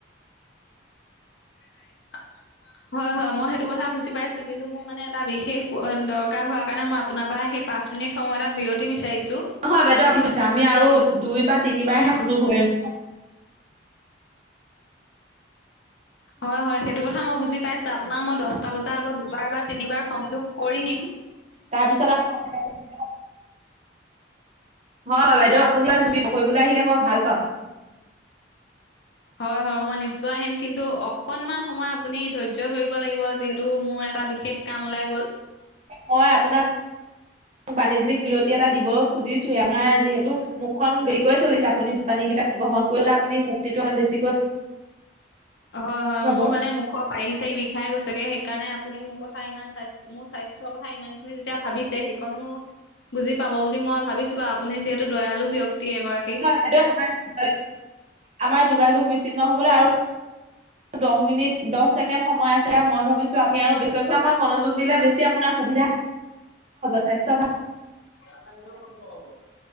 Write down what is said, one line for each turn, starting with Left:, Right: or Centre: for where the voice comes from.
Left: <unintelligible> হয়, হয় মই সেইটো কথা বুজি পাইছো, কিন্তু মোৰ মানে এটা বিশেষ দৰকাৰ হোৱাৰ কাৰণে মই আপোনাৰ পৰা সেই পাঁচ মিনিট সময় এটা বিৰতি বিচাৰিছোঁ।
Right: হয়, বাইদেউ আপুনি পিছে আমি আৰু দুই বা তিনিবাৰহে সংযোগ হব পাৰিম।
Left: হয়, হয় সেইটো কথা মই বুজি পাইছো আপোনাক মই দহটা বজাৰ আগত দুবাৰ বা তিনিবাৰ সংযোগ কৰি নিম।
Right: তাৰপিছত আৰু। হয়, হয়, বাইদেউ আপুনি <unintelligible> কৰিবলৈ আহিলে মই ভাল পাম।
Left: হয়, হয়, মই নিশ্চয় আহিম কিন্তু অকনমান সময় আপুনি ধৈৰ্য ধৰিব লাগিব আজি টো মোৰ এটা বিশেষ কাম ওলাই গ'ল।
Right: মই আপোনাক বাণিজ্যিক বিৰতি এটা দিব খুজিছোৱয়ে আমাৰ যিহেতু মুখখন জোৰকৈ চলিলা <unintelligible> আপুনি পানীকেইটা গ্ৰহণ কৰিলে আপুনি শক্তিটো ইমান বেছিকৈ
Left: হয়, হয়,
Right: পাব
Left: মোৰ মানে মুখৰ পাৰি চাৰি বিষাই গৈছেগে সেইকাৰণে আপুনি মোৰ কথা ইমান্থ মোৰ স্বাস্থ্যৰ কথা ইমান খিনি যেতিয়া ভাবিছে সেইকনো বুজি পাব বুলি মই ভাবিছোঁ আৰু। আপুনি যিহেতু দয়ালু ব্যয়ক্তি এগৰাকী।
Right: <unintelligible> আমাৰ যোগাযোগ বিচ্ছিন্ন হবলৈ আৰু দহ মিনিট দহ ছেকেণ্ডৰ সময় আছে মই ভাবিছোঁ আপুনি আৰু <unintelligible> মনোযোগ দিলে বেছি আপোনাৰ সুবিধা স্বাস্থ্য ভাল
Left: <unintelligible>